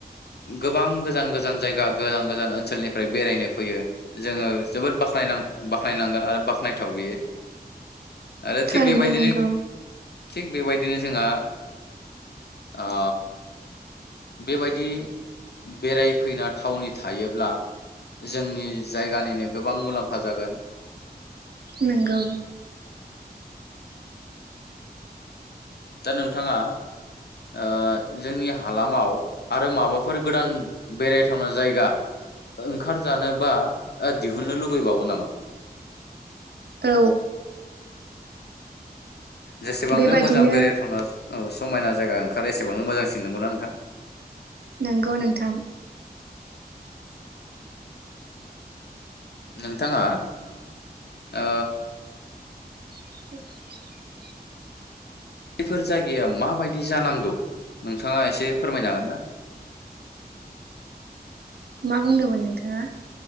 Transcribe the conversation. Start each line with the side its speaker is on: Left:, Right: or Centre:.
Left: गोबां गोजान गोजान जायगा गोजान गोजान ओनसोलनिफ्राय बेरायनो फैयो जोङो जोबोद बाख्नाय बाख्नायनांगोन आरो बाख्नायथाव बेयो। आरो
Right: थारैनो
Left: थिग बेबायदिनो
Right: नंगौ
Left: थिग बेबायदिनो जोंहा ओ बेबायदि बेरायफैना थावनि थायोब्ला जोंनि जायगानिनो गोबां मुलाम्फा जागोन।
Right: नंगौ।
Left: दा नोंथाङा ओ जोंनि हालामाव आरो माबाफोर गोदान बेरायथावना जायगा ओंखारजानो बा दिहुननो लुबैबावो नामा?
Right: औ
Left: जेसेबांनो
Right: बेबायदिनो
Left: मोजां बेरायथ'ना औ समायना जायगा ओंखारो एसेबांनो मोजांसिन नंगौना नोंथां?
Right: नंगौ नोंथां।
Left: नोंथाङा ओ
Right: <inaudible>
Left: बैफोर जायगाया माबायदि जानांगौ नोंथाङा एसे फोरमायनो हागोन ना?
Right: मा बुंदोंमोन नों थाङा